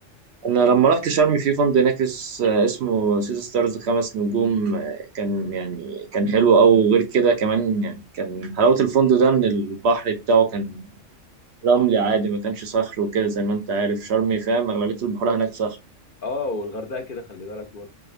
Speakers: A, on the right; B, on the left.
A: انا لما رحت شرم في فندق هناك اس- اسمه سيتي ستارز خمس نجوم آه، كان يعني كان حلو أوي وغير كده كمان يعني كان حلاوة الفندق ده ان البحر بتاعه كان رملي عادي ما كانش صخر وكده زي ما انت عارف شرم فاهم اغلبية البحور هناك صخر
B: اه والغردقه كده خلي بالك برضه